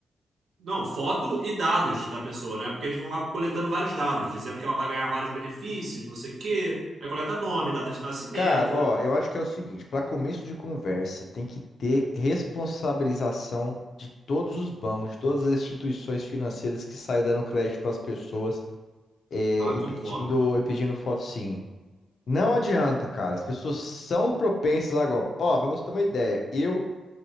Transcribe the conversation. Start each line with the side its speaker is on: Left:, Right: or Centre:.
Right: Não, foto e dados da pessoa, né? Porque eles vão lá coletando vários dados, dizendo que ela vai ganhar vários benefícios, não sei o quê. Aí coleta nome, data de nascimento.
Left: Cara, ó, eu acho que é o seguinte, para começo de conversa, tem que ter responsabilização de todos os bancos, de todas as instituições financeiras que saem dando crédito para as pessoas é,
Right: Ah,
Left: e
Right: concordo.
Left: pedindo, e pedindo foto sim. Não adianta, cara. As pessoas são propensas a golpe. Ó, para você ter uma ideia, eu